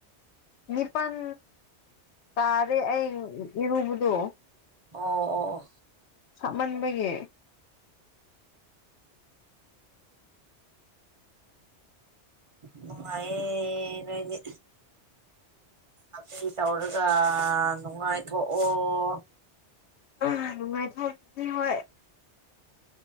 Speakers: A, on the left (about 70°); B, on the right (about 35°).
A: ꯅꯤꯄꯥꯟ ꯇꯥꯔꯦ ꯑꯩ ꯏꯔꯨꯕꯗꯣ
B: ꯑꯣ ꯑꯣ ꯑꯣ
A: ꯁꯥꯃꯟꯕꯒꯤ
B: ꯅꯪꯉꯥꯏꯌꯦ ꯅꯣꯏꯗꯤ ꯑꯗꯨ ꯇꯧꯔꯒ ꯅꯨꯡꯉꯥꯏꯊꯣꯛꯑꯣ
A: ꯎ ꯅꯨꯡꯉꯥꯏꯊꯣꯛꯅꯤ ꯍꯣꯏ